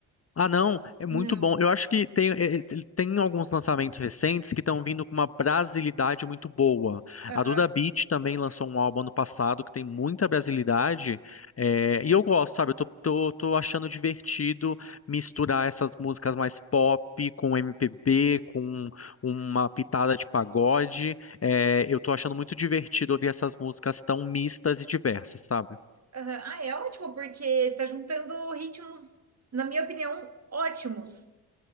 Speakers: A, on the left; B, on the right.
A: ah, não, é muito
B: Não.
A: bom. Eu acho que tem, é, é, tem alguns lançamentos recentes que estão vindo com uma brasilidade muito boa.
B: Aham,
A: A Duda Beat também lançou um álbum ano passado que tem muita brasilidade. é, e eu gosto, sabe? Eu tô, tô, tô achando divertido misturar essas músicas mais pop com MPB, com uma pitada de pagode. É, eu tô achando muito divertido ouvir essas músicas tão mistas e diversas, sabe?
B: aham. Ah, é ótimo, porque tá juntando ritmos, na minha opinião, ótimos,